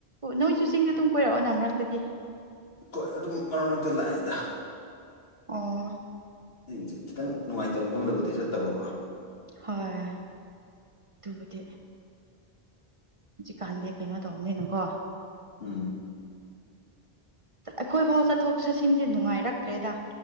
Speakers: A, on the right; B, on the left.
A: ꯅꯣꯏꯁꯨ ꯆꯤꯡꯗ ꯑꯗꯨꯝ ꯀꯣꯏꯔꯛꯑꯣꯅꯥ ꯃꯔꯛꯇꯗꯤ
B: ꯀꯣꯏ ꯑꯗꯨꯝ ꯃꯔꯛ ꯃꯔꯛꯇ ꯂꯥꯛꯏꯗ
A: ꯑꯣ
B: ꯆꯤꯡꯖꯦ ꯈꯤꯇꯪ ꯅꯨꯡꯉꯥꯏꯇꯕ ꯃꯐꯝꯗꯕꯨꯗꯤ ꯆꯠꯇꯕꯀꯣ
A: ꯍꯣꯏ ꯑꯗꯨꯕꯨꯗꯤ ꯍꯨꯖꯤꯛꯀꯥꯟꯗꯤ ꯀꯩꯅꯣ ꯇꯧꯕꯅꯤꯅꯀꯣ
B: ꯎꯝ
A: ꯑꯩꯈꯣꯏ ꯐꯥꯎ ꯆꯠꯊꯣꯛ ꯆꯠꯁꯤꯟꯖꯦ ꯅꯨꯡꯉꯥꯏꯔꯛꯇ꯭ꯔꯦꯗꯥ